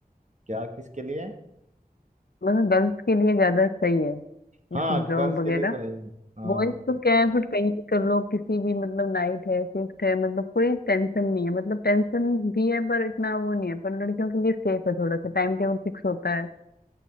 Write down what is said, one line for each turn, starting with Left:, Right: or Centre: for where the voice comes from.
Right: क्या किसके लिए
Left: मतलब गर्ल्स के लिए ज्यादा सही है ये
Right: हाँ
Left: सब जॉब
Right: गर्ल्स के
Left: वगैरह
Right: लिए तो है ही हाँ
Left: बॉयज तो क्या है फिर कहीं भी कर लो किसी भी मतलब नाइट है शिफ्ट है मतलब कोई टेंशन नहीं है मतलब टेंशन भी है पर इतना वो नहीं है पर लड़कियों के लिए सेफ है थोड़ा सा टाइम टेबल फिक्स होता है